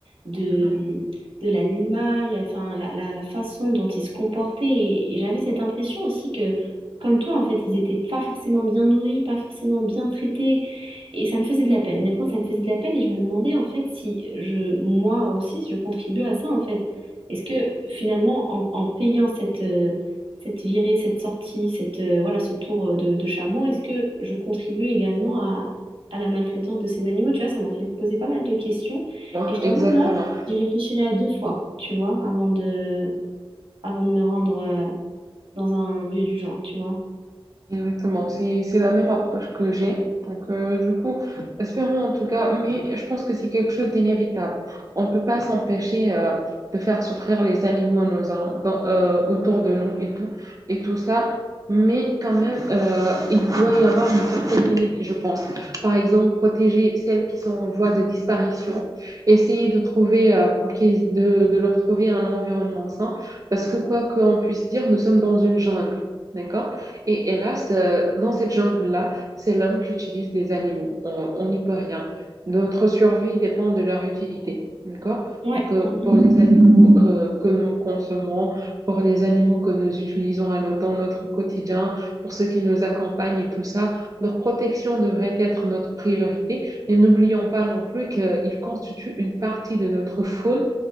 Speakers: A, on the right; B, on the right.
A: de,
B: Mhm.
A: de l'animal, enfin, la, la, la façon dont il se comportait. Et, et j'avais cette impression aussi que, comme toi, en fait, ils étaient pas forcément bien nourris, pas forcément bien traités. Et ça me faisait de la peine. Honnêtement, ça me faisait de la peine et je me demandais en fait si je, moi aussi, si je contribue à ça en fait. Est-ce que finalement, en, en payant cette, euh, cette virée, cette sortie, cette, euh, voilà, ce tour euh, de, de chameau, est-ce que je contribue également à, à la maltraitance de ces animaux? Tu vois, ça m'a fait poser pas mal de questions
B: Hein,
A: et je t'avoue
B: exactement.
A: que là, j'y réfléchirai à deux fois, tu vois, avant de, avant de me rendre euh, dans un lieu du genre, tu vois.
B: Exactement, c'est c'est la même approche que j'ai. Donc, euh, du coup, espérons en tout cas, mais je pense que c'est quelque chose d'inévitable. On ne peut pas s'empêcher euh, de faire souffrir les animaux nous allons- dans- euh, autour de nous et tout, et tout ça, mais quand même, euh, il doit y avoir une certaine limite, je pense. Par exemple, protéger celles qui sont en voie de disparition, essayer de trouver, euh, pour qu'ils, de, de leur trouver un environnement sain, parce que quoi qu'on puisse dire, nous sommes dans une jungle, d'accord? Et, et là, ce- dans cette jungle-là, c'est l'homme qui utilise des animaux. Euh, on n'y peut rien. Notre survie dépend de leur utilité. D'accord?
A: Ouais,
B: Donc, euh,
A: Mm,
B: pour
A: mm.
B: les animaux euh, que nous consommons, pour les animaux que nous utilisons à no- dans notre quotidien, pour ceux qui nous accompagnent et tout ça, leur protection devrait être notre priorité. Et n'oublions pas non plus qu'ils constituent une partie de notre faune